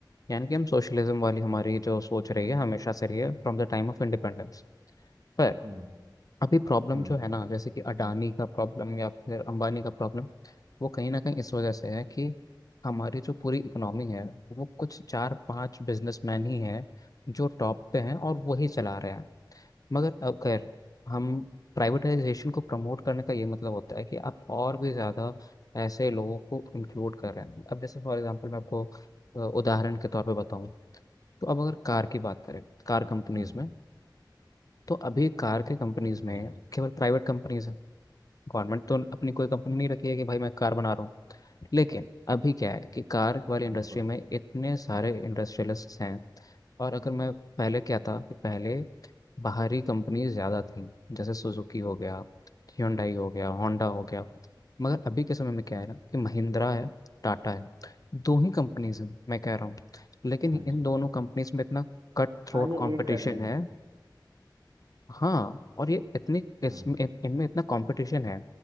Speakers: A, on the left; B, on the right.
A: यानी कि हम सोशलिज्म वाली हमारी जो सोच
B: हम्म
A: रही है हमेशा से रही है from the time of independence पर
B: हम्म
A: अभी प्रॉब्लम
B: हम्म
A: जो है ना जैसे कि अडानी का प्रॉब्लम या फिर अंबानी का प्रॉब्लम वो कहीं ना कहीं इस वजह से है कि हमारी जो पूरी इकोनॉमी है वो कुछ चार पांच बिजनेसमैन ही हैं जो टॉप पे हैं और वही चला रहे हैं मगर अगर हम प्राइवेटाइजेशन को प्रमोट करने का ये मतलब होता है कि आप और भी ज़्यादा ऐसे लोगों को इंक्लूड कर रहे हैं अब जैसे फॉर एग्जांपल मैं आपको अ, उदाहरण के तौर पे बताऊं तो अब अगर कार की बात करें कार कंपनीज
B: हम्म
A: में तो अभी कार के कंपनीज में
B: जी
A: केवल प्राइवेट कंपनीज हैं गवर्नमेंट तो अपनी कोई कंपनी नहीं रखी है कि भाई मैं कार बना रहा हूँ लेकिन अभी क्या है कि कार वाली इंडस्ट्री
B: बिल्कुल
A: में इतने सारे इंडस्ट्रियलिस्ट्स हैं और अगर मैं पहले क्या था कि पहले बाहरी कंपनीज ज़्यादा थीं जैसे सुजुकी हो गया Hyundai हो गया होंडा हो गया मगर अभी के समय में क्या है ना कि महिंद्रा है टाटा है दो ही कंपनीज हैं मैं कह रहा हूँ लेकिन
B: हाँ जी
A: इन दोनों कंपनीज में इतना कट थ्रोट
B: हाँ ये लीड
A: कंपटीशन
B: कर रही हैं
A: है हाँ और ये इतनी इस,
B: हम्म
A: इन- इनमें इतना कंपटीशन है